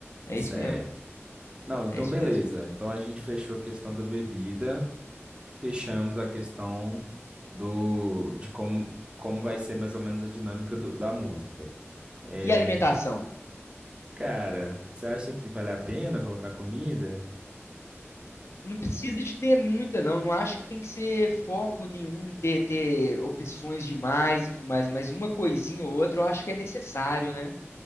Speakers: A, on the left; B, on the right.
A: É
B: Certo.
A: isso mesmo,
B: Não, então
A: é isso
B: beleza.
A: mesmo.
B: Então a gente fechou a questão da bebida, fechamos a questão do de como, como vai ser mais ou menos a dinâmica do- da música. É,
A: E alimentação?
B: cara, você acha que vale a pena colocar comida?
A: Não precisa de ter muita, não. Não acho que tem que ser foco nenhum, ter, ter opções demais e tudo mais, mas uma coisinha ou outra eu acho que é necessário, né?